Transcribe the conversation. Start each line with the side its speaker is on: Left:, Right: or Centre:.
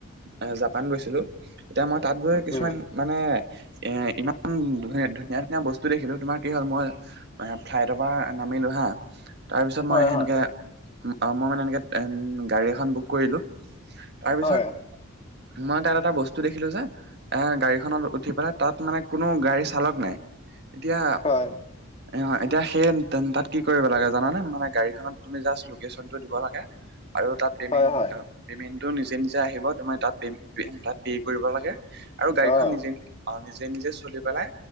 Right: এ জাপান গৈছিলো এতিয়া মই তাত গৈ কিছুমান
Left: উম,
Right: মানে এ ইমান ধু ধুনীয়া ধুনীয়া বস্তু দেখিলো তোমাৰ কি হ'ল মই ফ্লাইটৰ পৰা নামিলো হা তাৰ পিছত
Left: হয়
Right: মই সেনেকে
Left: হয়।
Right: অ মই মানে এনেকে গাড়ী এখন বুক কৰিলো তাৰপিছত
Left: হয়
Right: মই তাত এটা বস্তু দেখিলো যে এ গাড়ীখনত উঠি পেলাই তাত মানে কোনো গাড়ী চালক নাই এতিয়া
Left: হয়
Right: এ এতিয়া সেই তাত কি কৰিব লাগে জানে মানে গাড়ীখনত তুমি জাষ্ট লোকেশচনটো দিব লাগে আৰু তাত পেমেণ্ট
Left: হয় হয়
Right: পেমেণ্টটো নিজে নিজে আহিব তোমাৰ তাত তাত পে কৰিব লাগে আৰু গাড়ীখন
Left: অ'
Right: নিজে অ নিজে নিজে চলি পেলাই